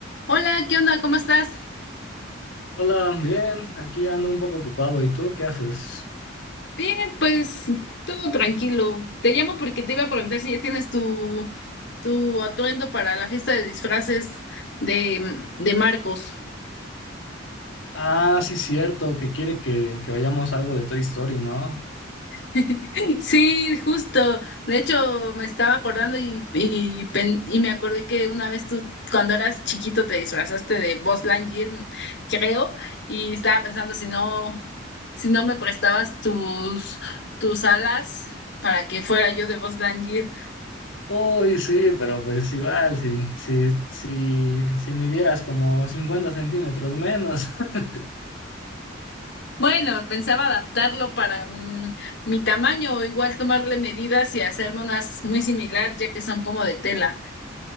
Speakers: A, on the left (about 60°); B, on the left (about 80°).
A: Hola, ¿qué onda? ¿Cómo estás?
B: Hola, bien, aquí ando un poco ocupado. ¿Y tú qué haces?
A: Bien, pues todo tranquilo. Te llamo porque te iba a preguntar si ya tienes tu, tu atuendo para la fiesta de disfraces de, mm, de Marcos.
B: Ah, sí, cierto, que quiere que, que vayamos a algo de Toy Story, ¿no?
A: <laughs> Sí, justo. De hecho, me estaba acordando y, y, pen- y me acordé que una vez tú, cuando eras chiquito, te disfrazaste de Buzz Lightyear, mm, creo, y estaba pensando si no, si no me prestabas tus, tus alas para que fuera yo de Buzz Lightyear.
B: Uy, sí, pero pues igual, si, si, si, si midieras como 50 centímetros menos, <laughs>
A: Bueno, pensaba adaptarlo para mm, mi tamaño o igual tomarle medidas y hacerme unas muy similar, ya que son como de tela.